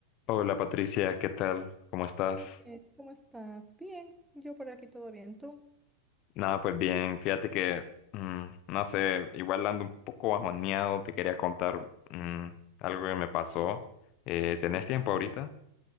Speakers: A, on the left (about 40°); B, in the centre.
A: Hola Patricia, ¿qué tal? ¿Cómo estás?
B: Miguel, ¿cómo estás? Bien, yo por aquí todo bien, ¿tú?
A: Nada, pues bien, fíjate que, mm, no sé, igual ando un poco bajoneado, te quería contar mm, algo que me pasó. Eh, ¿tenés
B: ¿Qué
A: tiempo
B: más?
A: ahorita?